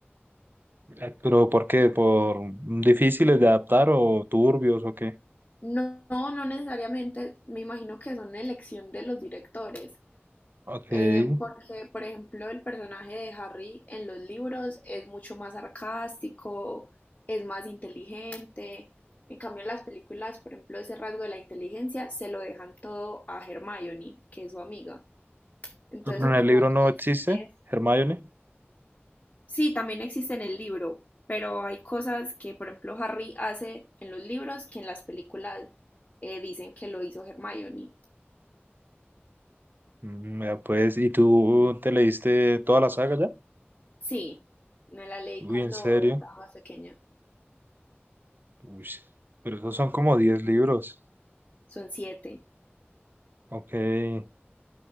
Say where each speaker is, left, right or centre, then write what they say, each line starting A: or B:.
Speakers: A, on the right; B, on the left.
A: Eh, ¿Pero por qué? ¿Por difíciles de adaptar o turbios o qué?
B: No, no necesariamente, me imagino que son elección de los directores,
A: Ok.
B: eh,
A: ¿En
B: porque, por ejemplo, el personaje de Harry en los libros es mucho más sarcástico, es más inteligente. En cambio, en las películas, por ejemplo, ese rasgo de la inteligencia se lo dejan todo a Hermione, que es su amiga. Entonces
A: el
B: son como
A: libro no
B: lecciones.
A: existe, Hermione?
B: Sí, también existe en el libro, pero hay cosas que, por ejemplo, Harry hace en los libros que en las películas eh, dicen que lo hizo Hermione.
A: Mm, vea pues, ¿y tú te leíste toda la saga ya?
B: Sí, me la leí
A: Uy,
B: cuando
A: ¿en serio?
B: estaba más pequeña.
A: Uy, pero esos son como 10 libros.
B: Son siete.
A: Ok. ¿Y